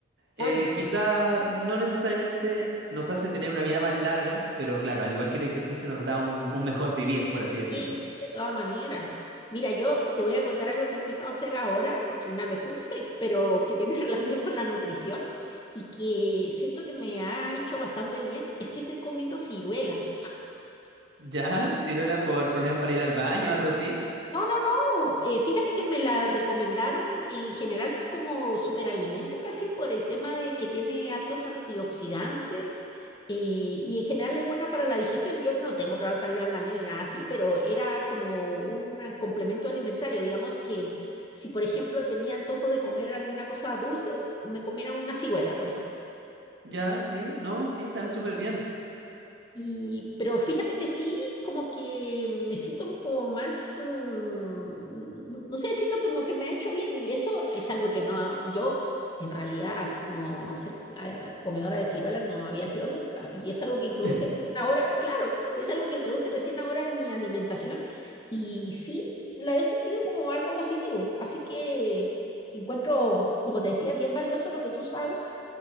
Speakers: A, on the left; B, on the right.
A: claro.
B: eh, quizá no necesariamente nos hace tener una vida más larga, pero claro, al igual que el ejercicio nos da un, un mejor vivir, por así decirlo.
A: Sí,
B: <laughs>
A: de todas maneras. Mira, yo te voy a contar algo que he empezado a hacer ahora, que es una cuestión freak, pero que tiene <laughs> relación con la nutrición y que siento que me ha hecho bastante bien, es que estoy comiendo ciruelas.
B: Ya, si no por problemas para ir al baño o algo así.
A: No, no, no. eh, fíjate que me la recomendaron en general como superalimento casi por el tema de que tiene hartos antioxidantes eh, y en general es buena para la digestión. Yo no tengo problemas para ir al baño ni nada así, pero era como un eh, complemento alimentario. Digamos que si, por ejemplo, tenía antojo de comer alguna cosa dulce, me comiera una ciruela, por ejemplo.
B: Ya, sí, no, sí, está súper bien.
A: Y, pero fíjate que sí, como que me siento como más, mm, no no sé, siento como que me ha hecho bien y eso es algo que no, yo en realidad, así como ser ah, comedora de ciruelas no había sido nunca y es algo que introduje
B: <laughs>
A: recién ahora, claro, es algo que introduje recién ahora en mi alimentación y sí la he sentido como algo positivo, así que encuentro, como te decía, bien valioso lo que tú sabes